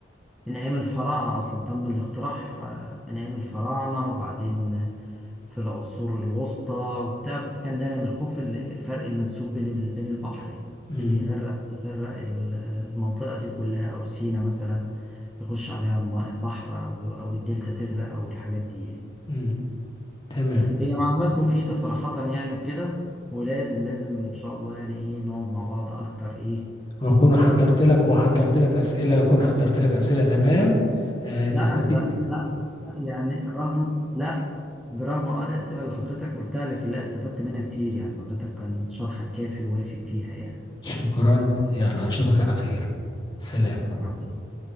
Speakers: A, in the centre; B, on the left.
A: من أيام الفراعنة أصلا تم الاقتراح آه، من أيام الفراعنة وبعدين في العصور الوسطى وبتاع بس كان دايما الخوف اللي- الفرق المنسوب بين ال- بين البحرين
B: امم
A: اللي يغرق يغرق ال- المنطقة دي كلها أو سينا مثلا يخش عليها الماء البحر أو أو الدلتا تغرق أو الحاجات دي يعني.
B: امم تمام
A: هي معلومات مفيدة صراحة يعني وكده ولازم لازم إن شاء الله يعني إيه نقعد مع بعض أكتر إيه
B: واكون
A: لأن
B: حضرت لك وحضرت لك اسئله اكون حضرت لك اسئله تمام آه تستفيد
A: لا أنت
B: منها
A: لا يعني رغم لا برغم اه الأسئلة اللي حضرتك قلتها لكن لا استفدت منها كتير يعني حضرتك كان شرحك كافي ووافي فيها يعني
B: شكرا يلا نشوفك على خير سلام
A: مع السلامة